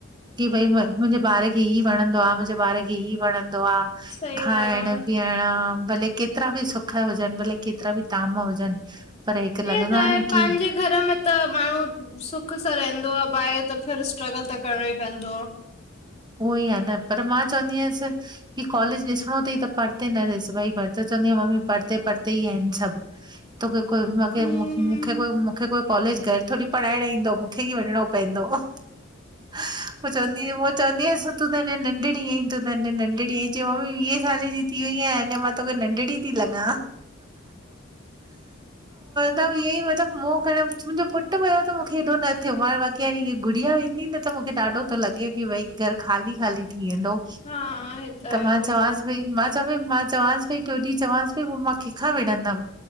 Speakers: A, on the right (about 20°); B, on the left (about 30°).
A: की भई मुंहिंजे ॿार खे ई वणंदो आहे मुंहिंजे ॿार खे ई वणं दो आ
B: सही
A: खाइण
B: ॻाल्हि आ।
A: पीअण आ भले केतिरा बि सुख हुजनि, भले केतिरा बि ताम हुजनि पर हिकु
B: हे
A: लॻंदो
B: त
A: आहे
B: आ
A: न की
B: पंहिंजे घर में त ॿार सुख सां रहंदो आहे ॿाहिरि त फर स्ट्रगल त करणो ई पवंदो आ
A: उहो ई आहे न पर मां चवंदी आयसि की कॉलेज ॾिसणो अथई त प परते ॾिस भाई बच चवंदी आहे मम्मी पढ़ते पढ़ते ई आहिनि सभु तोखे कोई मूंखे
B: हम्म
A: मूंखे कोई मूंखे कोई कॉलेज घर थोरी पढ़ाइण ईंदो मूंखे ई वञणो पवंदो पोइ चवंदी उहो च्वन्दी आयास नंढड़ीं ई अथ नंढड़ी च्यईं मम्मी वीह साल जी थी वेई आहियां अञा मां तो नंढड़ी थी लॻा त ईअं ई मतिलबु मूं खण मुंहिंजो पुट पियो त मूंखे हेॾो न थियो मां बाक़ी हाणे ही गुड़िया वेंदी न त मूंखे ॾाढो थो लॻे की भई घर ख़ाली ख़ाली थी थी वेंदो
B: हा हे आहे
A: त मां चवसि भई मा चई मां चवसि भई टियो ॾींहुं चववाससि भई हू मां कंहिंखा विणंदमि?